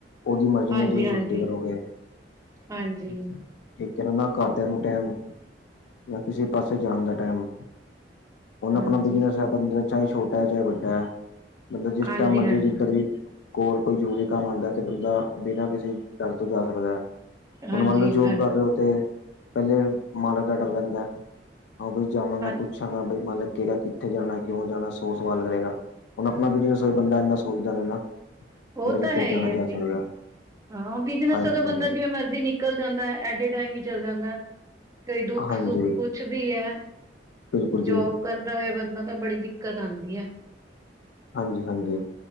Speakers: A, on the left (about 75°); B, on the right (about 20°).
A: ਉਹਦੀ ਮਰਜ਼ੀ
B: ਹਾਂਜੀ
A: ਨੂੰ ਤੁਸੀਂ
B: ਹਾਂਜੀ
A: ਛੁੱਟੀ ਕਰੋਗੇ
B: ਹਾਂਜੀ,
A: ਠੀਕ ਹੈ ਨਾ, ਨਾ ਘਰਦਿਆਂ ਨੂੰ ਟੈਮ, ਨਾ ਕਿਸੇ ਪਾਸੇ ਜਾਣ ਦਾ ਟੈਮ ਹੁਣ
B: ਹਾਂਜੀ,
A: ਆਪਣਾ ਬਿਜਨਸ ਹੈ ਬੰਦੇ ਚਾਹੇ ਛੋਟਾ ਹੈ, ਚਾਹੇ ਵੱਡਾ ਹੈ ਬੰਦਾ ਜਿਸ
B: ਹਾਂਜੀ,
A: ਟੈਮ ਮਰਜ਼ੀ
B: ਹਾਂਜੀ,
A: ਜਿੱਧਰ ਵੀ ਕੋਲ਼ ਕੋਈ ਜ਼ਰੂਰੀ ਕੰਮ ਆਂਦੈ, ਤੇ ਬੰਦਾ ਬਿਨਾਂ ਕਿਸੀ ਡਰ ਤੋ ਜਾ ਸਕਦੈ।
B: ਹਾਂਜੀ,
A: ਹੁਨ ਮੰਨ ਲੋ ਜੋਬ
B: ਹਾਂਜੀ।
A: ਕਰ ਰੇਓ ਤੇ ਪੈਲੇ ਮਾਲਕ ਦਾ ਡਰ ਰੈਂਦੈ, ਹਾਂ ਬਈ ਜਾਵਾਂਗਾ
B: ਹਾਂ
A: ਪੁਛਾਂਗਾ ਬਈ ਮਾਲਕ ਕਏਗਾ ਕਿੱਥੇ ਜਾਨੈ, ਕਿਓਂ ਜਾਨੈ ਸੌ ਸਵਾਲ ਕਰੇਗਾ, ਹੁਨ ਅਪਨਾ ਬਿਜ਼ਨਸ ਹੋਏ ਬੰਦਾ ਏਨਾ ਸੋਚਦਾ ਨੀ ਨਾ
B: ਓ
A: ਹੁਣ ਜਿੱਧਰ
B: ਤਾ ਹੈਈ
A: ਜਾਣਾ
B: ਐ
A: ਜਾ
B: ਜੀ,
A: ਸਕਦਾ
B: ਹਾਂ ਬਿਜ਼ਨਸ
A: ਹਾਂਜੀ
B: ਆਲਾ
A: ਹਾਂਜੀ।
B: ਬੰਦਾ ਜਿਵੇਂ ਮਰਜ਼ੀ ਨਿ ਨਿਕਲ ਜਾਂਦੈ, ਐਟੇ ਟਾਈਮ ਈ ਚੱਲ ਜਾਂਦੈ ਤੇ ਦੁੱਖ
A: ਹਾਂਜੀ
B: ਸੁੱਖ ਕੁਛ ਵੀ ਐ।
A: ਬਿਲਕੁਲ ਜੀ
B: ਜੋਬ ਕਰਦਾ ਹੋਏ ਬੰਦਾ ਤਾਂ ਬੜੀ ਦਿੱਕਤ ਆਂਦੀ ਐ।
A: ਹਾਂਜੀ-ਹਾਂਜੀ।